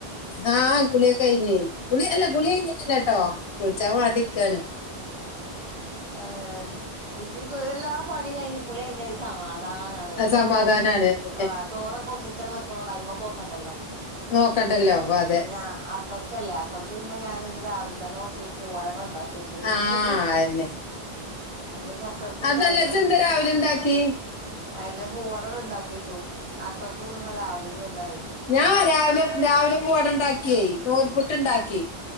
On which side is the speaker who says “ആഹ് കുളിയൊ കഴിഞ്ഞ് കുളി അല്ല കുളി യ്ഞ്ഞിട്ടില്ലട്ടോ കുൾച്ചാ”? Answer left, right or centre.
Left